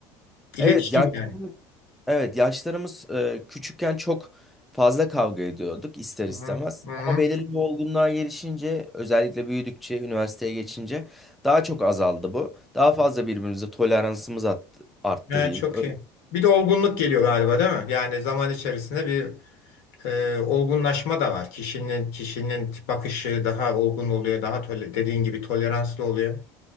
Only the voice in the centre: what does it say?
Evet ya
Evet, yaşlarımız e, küçükken çok fazla kavga ediyorduk ister
istemez.
Ama belirli bir olgunluğa gelişince, özellikle büyüdükçe, üniversiteye geçince daha çok azaldı bu. Daha fazla birbirimize toleransımız arttı, arttı
diyeyim.
Öyle.